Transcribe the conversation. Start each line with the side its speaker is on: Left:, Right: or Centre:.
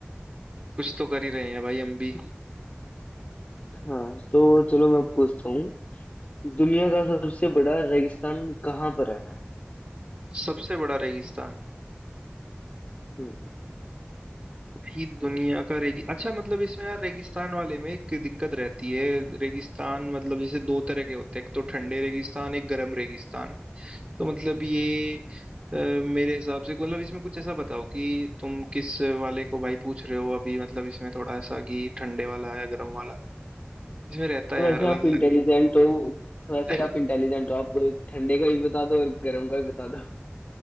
Right: कुछ तो कर ही रहे हैं भाई हम भी
Left: हाँ तो चलो मैं पूछता हूँ दुनिया का सबसे बड़ा रेगिस्तान कहाँ पर है
Right: सबसे बड़ा रेगिस्तान
Left: हम्म,
Right: ही दुनिया का रेगी अच्छा मतलब इसमें यार रेगिस्तान वाले में एक दिक्कत रहती है रेगिस्तान मतलब जैसे दो तरह के होते हैं एक तो ठंडे रेगिस्तान एक गर्म रेगिस्तान तो मतलब ये अ, मेरे हिसाब से मतलब इसमें कुछ ऐसा बताओ कि तुम किस वाले को भाई पूछ रहे हो अभी मतलब इसमें थोड़ा ऐसा कि ठंडे वाला या गर्म वाला इसमें रहता है
Left: वैसे
Right: यार अलग
Left: आप
Right: अलग
Left: इंटेलिजेंट
Right: ही
Left: हो वैसे
Right: <laughs>
Left: आप इंटेलिजेंट हो आप ठंडे का भी बता दो और गर्म का भी बता दो